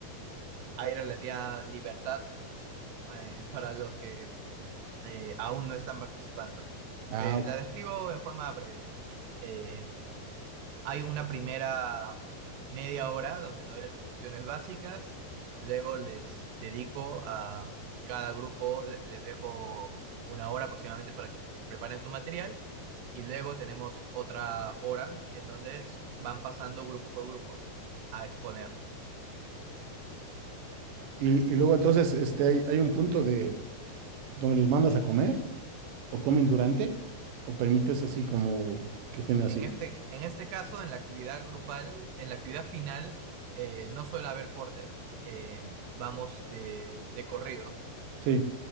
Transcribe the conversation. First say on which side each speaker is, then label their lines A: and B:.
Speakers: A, on the right; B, on the right.
A: hay relativa libertad eh, para los que eh, aún no están participando.
B: ah,
A: Te la describo en forma breve. Eh, hay una primera media hora donde doy las instrucciones básicas, luego les dedico a cada grupo, le- les dejo una hora aproximadamente para que preparen su material y luego tenemos otra hora en donde s- van pasando grupo por grupo a exponer.
B: y, y luego entonces este, hay, hay un punto de donde los mandas a comer. o comen durante o permites así como que estén así.
A: En este, en este caso, en la actividad grupal, en la actividad final, eh, no suele haber corte, eh, vamos de, de corrido
B: Sí,